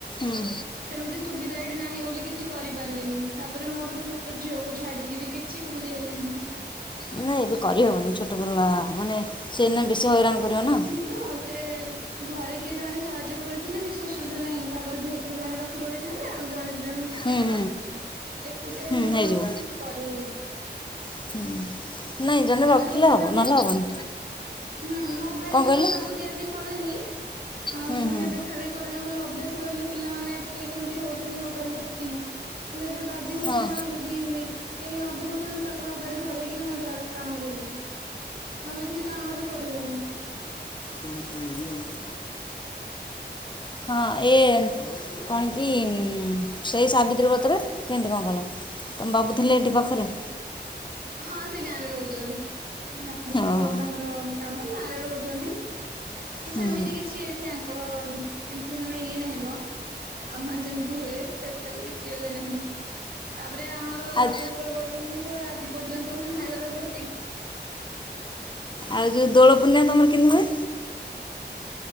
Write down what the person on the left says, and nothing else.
ହୁଁ
ନାଇଁ ଏବେ କରିହବନି, ଛୋଟ ପିଲା ମାନେ ସିଏ ଏନା ବେଶୀ ହଇରାଣ କରିବ ନା।
ଆଉ
ଜଣେ ଦୁଇଜଣ
ହୁଁ
ହେଇଯିବ
ହୁଁ ନାଇଁ ଜଣେ
ରଖିଲେ
ହବ
ନହେଲେ
ହବନି
କଣ
କହିଲେ
ହୁଁ
ହୁଁ
ହଁ
ପଣା ପାଣି ଦିଆ ହଉ। ହଁ ଏ କଣ କି ସେଇ ସାବିତ୍ରୀ ବ୍ରତରେ କେନତି କଣ କଲ? ତମ ବାବୁଥିଲେ ଏଠି ପାଖରେ।
ଓହୋ
ହୁଁ
ଆଉ
ଆଉ ଯୋଉ ଦୋଳ ପୂର୍ଣ୍ଣିଆ ତମର କେମିତି ହୁଏ?